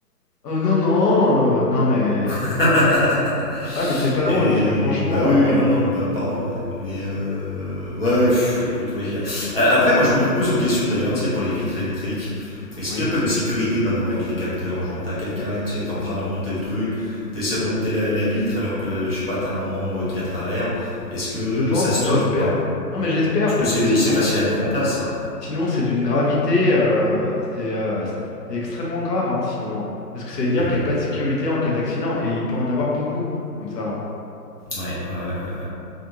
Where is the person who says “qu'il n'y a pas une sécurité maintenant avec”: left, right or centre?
Left